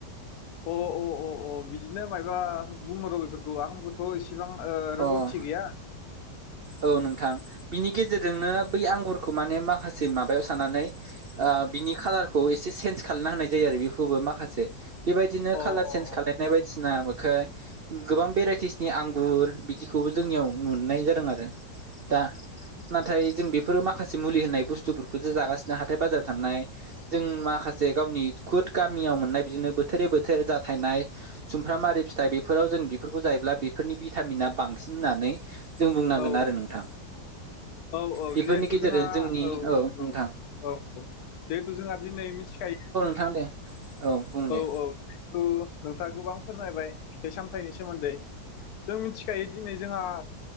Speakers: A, on the left; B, on the right.
A: अ अ अ अ बिदिनो मायाबा बुङो र' बेफोरखौ आंबो थ' इसिबां रोंगौथि
B: अ
A: गैया।
B: औ नोंथां बिनि गेजेरजोंनो बै आंगुरखौ माने माखासे माबायाव सानानै बिनि खालारखौ एसे चेन्ज खाना होनाय जायो आरो बेखौबो माखासे बेबायदिनो
A: अ
B: कालार
A: अ
B: चेन्ज खालायनाय बायदिसिना बेखो गोबां भेराइटिसनि आंगुर बिदिखौबो जोंनियाव नुनाय जादों आरो। दा नाथाय जों बेफोरो माखासे मुलि होनाय बुस्थुफोरखौ जो जागासिनो हाथाय बाजाराव थानाय जों माखासे गावनि गुद गामियाव मोननाय बिदिनो बोथोरै बोथोर जाथायनाय सुमफ्राम आरि फिथाइ बेफोराव जों बेफोरखौ जायोब्ला बेफोरनि भिटामिना बांसिन होननानै जों बुंनांगोन
A: औ
B: आरो नोंथां।
A: औ औ
B: बेफोरनि
A: जिहेथु
B: गेजेरजों
A: जोंहा
B: जोंनि
A: औ नंगौ।
B: नोंथां
A: औ औ जिहेथु जोंहा दिनै मिथिखायो
B: थां दे। बुं दे
A: औ औ थु नोंथाङा गोबां फोरमायबाय बे सामथायाइनि सोमोन्दै जों मिथिखायो दिनै जोंहा